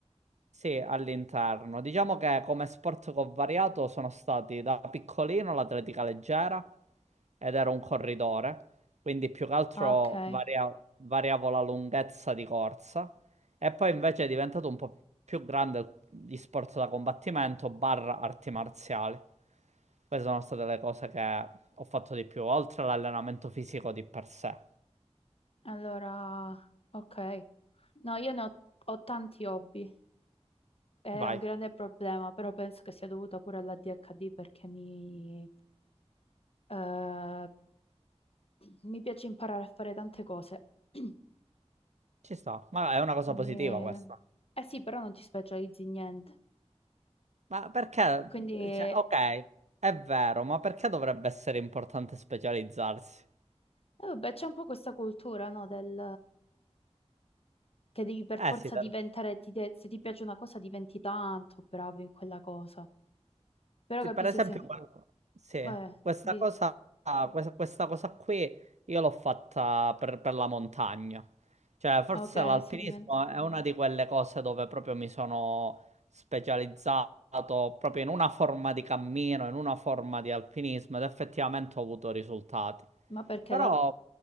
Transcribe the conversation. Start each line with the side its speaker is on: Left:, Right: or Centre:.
Right: Sì, all'interno. Diciamo che come sport che ho variato sono stati da piccolino l'atletica leggera ed ero un corridore, quindi più che altro
Left: Ah, ok.
Right: varia- variavo la lunghezza di corsa e poi invece è diventato un po' più grande il- gli sport da combattimento barra arti marziali. Queste sono state le cose che ho fatto di più, oltre all'allenamento fisico di per sé.
Left: Allora, ok. No, io ne ho, ho tanti hobby. È
Right: Vai,
Left: un grande problema, però penso che sia dovuta pure all'ADHD perché mi, eh, mi piace imparare a fare tante cose. <clears throat>
Right: ci sta, ma è una cosa
Left: Quindi,
Right: positiva
Left: eh
Right: questa.
Left: eh sì, però non ti specializzi in niente.
Right: Ma perché?
Left: E Quindi, eh,
Right: Cioè, ok, è vero, ma perché dovrebbe essere importante specializzarsi?
Left: vabbè, c'è un po' questa cultura, no, del... Che devi per
Right: Eh
Left: forza
Right: sì, per
Left: diventare, ti de- se ti piace una cosa diventi tanto bravo in quella cosa. Però
Right: ti-
Left: capisci
Right: per esempio,
Left: se,
Right: quando- sì,
Left: vabbè,
Right: questa
Left: dici,
Right: cosa, questa, questa cosa qui io l'ho fatta per, per la montagna. Cioè, forse
Left: ok,
Right: l'alpinismo
Left: se diventi,
Right: è una di quelle cose dove proprio mi sono specializzato proprio in una forma di cammino, in una forma di alpinismo ed effettivamente ho avuto risultati.
Left: ma perché,
Right: Però,
Left: la-